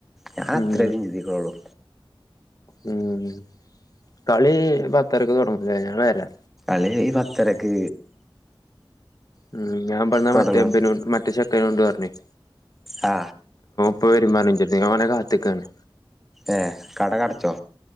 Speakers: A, in the centre; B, on the left.
A: ഞാൻ അത്രേ
B: ഉം
A: ചിന്തിക്കുന്നുള്ളു
B: ഉം കളി പത്തരക്ക് തുടങ്ങുംലെ ഞാൻ വരാ
A: അ ഈ പത്തരക്ക്
B: ഉം ഞാൻ പറഞ്ഞ
A: തുടങ്ങും
B: മറ്റേബ്നും മറ്റേ ചെക്കാനൊണ്ട് പറഞ്ഞേയ്
A: ആ
B: ഇപ്പ വരും പറഞ്ഞുഇന്ജെട്തക്ക് ഞാഓനെ കാത്തക്കാണ്
A: ഏ കട കടച്ചോ